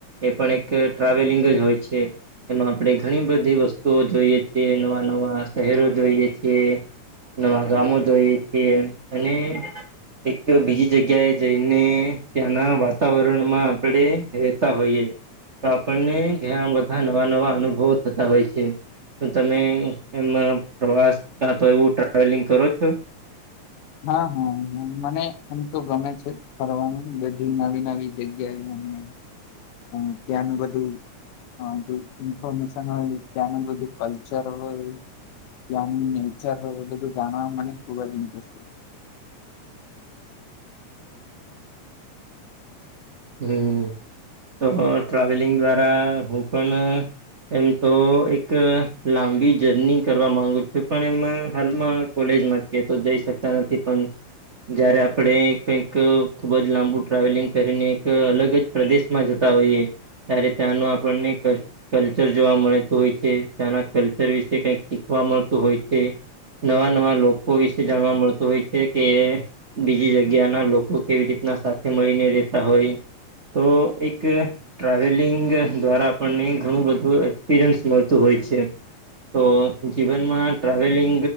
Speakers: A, on the right; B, on the left.
A: એ પણ એક ટ્રાવેલિંગ જ હોય છે એમાં આપણે ઘણી બધી વસ્તુઓ જોઈએ છેીએ નવા નવા શહેરો જોઈએ છીએ નવા ગામો જોઈએ છીએ અને એક બીજી જગ્યાએ જઈને ત્યાંના વાતાવરણમાં આપણે રહેેતા હોઈએ તો આપણને ઘ બધા નવા નવા અનુભવો થતા હોય છે તો તમે એમાં પ્રવાસ તો એવું ટ્રાવેલિંગ કરો છો
B: હા હાા મને એમ તો ગમે છે ફરનું બધી નવી નવી જગ્યાએ અને ત્યાંનું બધું હ ઇન્ફોર્મેશન હોય તને બધું કલ્ચર હોય એ નેચર વટલે તો જાણ મને ખુબ જ ઇન્ટરસ્ટ
A: હમ તો ટ્રાવેલિંગ દ્વારા હું પણ એમ તો એક લાંબી જર્ની કરવા માંગુ છું પણ એમાં હાલમાં કોલેજમાં છે તો જઈ શકતા નથી પણ જયારે આપણે કઈક ખુબ જ લાંબુ ટ્રાવેલિંગ કરીને અલગ જ પ્રદેશમાં જતા હોઈએ ત્યારે ત્યાંનું આપણને ક કલ્ચર જોવા મળેતું હોય છે ત્યાંના કલ્ચર વિશે કઈક શીખવા મળતું હોય છે. નવા નવા લોકો વિશે જાણવા મળતું હોય છે કે બીજી જગ્યા ના લોકો કેવી રીતના સાથે મળીને રેતા હોય. તો એક ટ્રાવેલિંગ દ્વારા આપણને ઘણું બધું એક્સપિરિયન્સ મળતું હોય છે. તો જીવનમાં ટ્રાવેલિંગ